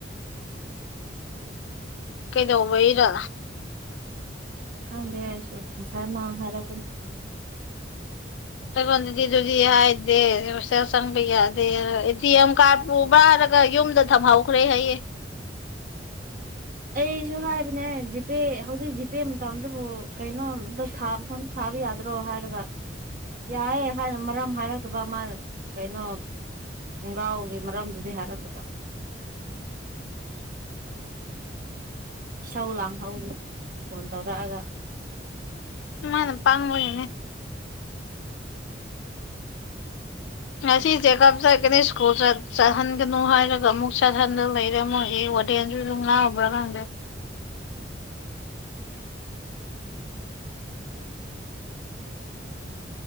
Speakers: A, on the left; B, on the right.
A: ꯀꯩꯗꯧꯕꯩꯔ
B: ꯍꯪꯗꯦ ꯍꯥꯏꯥꯏꯁꯨꯁꯥꯏ ꯃꯥ ꯍꯥꯏꯔ
A: ꯇꯣꯟꯗꯗꯤꯗꯨꯗꯤ ꯍꯥꯏꯗꯦ ꯁꯁꯪꯕꯤꯗꯦꯗꯤꯦꯝ ꯀꯥ ꯎꯕꯥꯔꯒ ꯌꯨꯝꯗ ꯊꯝꯍꯧꯈ꯭ꯔꯦ ꯍꯌꯦꯦ
B: ꯑꯩꯁꯨ ꯍꯥꯏꯕꯅꯦ ꯖꯤꯄꯦ ꯍꯧꯖꯤꯛ ꯖꯤꯄꯦ ꯃꯇꯝꯗꯕꯨ ꯀꯩꯅꯣꯝꯇ ꯊꯥꯕ ꯈꯣ ꯊꯥꯕ ꯌꯥꯗ꯭ꯔꯣ ꯍꯥꯏꯔꯒ ꯌꯥꯏꯦ ꯍꯥꯏꯅ ꯃꯔꯝ ꯍꯥꯏꯔꯛꯇꯕ ꯃꯥ ꯀꯩꯅꯣ ꯈꯣꯡꯒꯥꯎꯒꯤ ꯃꯔꯝꯗꯨꯗꯤ ꯍꯥꯏꯔꯛꯇꯕ ꯏꯁꯥꯎ ꯂꯥꯡꯍꯧꯒꯦ ꯐꯣꯟ ꯇꯧꯔꯛꯑꯒ
A: ꯃꯥꯅꯦ ꯄꯥꯡꯝꯃꯅꯦ ꯉꯁꯤ ꯆꯦꯀꯞ ꯆꯠꯀꯅꯤ ꯁ꯭ꯀꯨꯜ ꯆꯠꯍꯟꯒꯅꯨ ꯍꯥꯏꯔꯒ ꯑꯃꯨꯛ ꯆꯠꯍꯟꯗ ꯂꯩꯔꯝꯃꯣꯏ ꯅꯤꯡꯣꯑ꯭ꯂ ꯀꯪꯦ